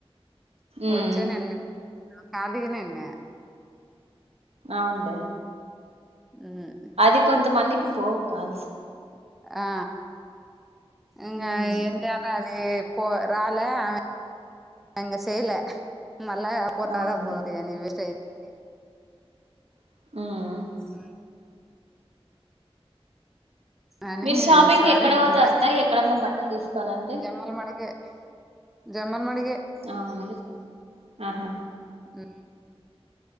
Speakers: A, on the right; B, in the centre.
A: ఉమ్
B: వచ్చె నెల లో కాదికిినన్న
A: అవునులేే
B: హ్మ్
A: అది కొంతమందికి పోవు కాల్సు
B: ఆ ఇంగ
A: ఉమ్
B: ఏం చేత్ అది పో రాల ఆమె ఇంగ చేయల మళ్ళ పోతాదా
A: అవునులే
B: పోదా అని వేస్ట్ అయితుంది
A: హ్మ్
B: హు అనీ
A: మీరు షాపింగ్కి
B: సరి
A: ఎక్కడ పోతారు
B: నాక
A: అత్త
B: అయితే
A: ఎక్కడన్నా బట్టలు తీసుకోవాలంటే
B: ఎమల్ మకి జమల్ మడిగే
A: ఆవున ఆహా
B: ఉ